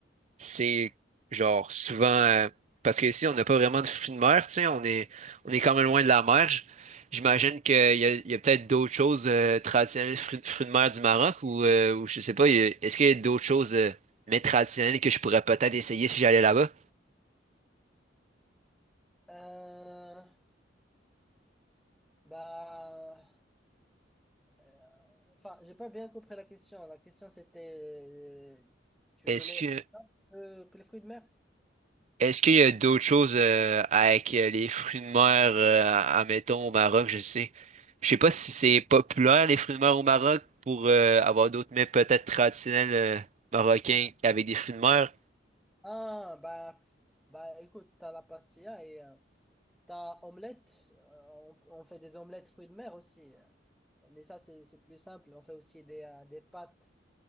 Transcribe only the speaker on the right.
c'est genre souvent euh, parce que ici on n'a pas vraiment de fruits de mer, tu sais, on est on est quand même loin de la mer. J- J'imagine qu'il y a, il y a peut-être d'autres choses euh, traditionnelles fruits, fruits de mer du Maroc ou, euh, ou je sais pas, il y a- est-ce qu'il y a d'autres choses euh, mais traditionnelles que je pourrais peut-être essayer si j'allais là-bas?
Est-ce
que
Est-ce qu'il y a d'autres choses euh, avec euh, les fruits de mer, euh, admettons, au Maroc, je sais. Je sais pas si c'est populaire, les fruits de mer au Maroc, pour euh, avoir d'autres mets peut-être traditionnels euh, marocains avec des fruits de mer.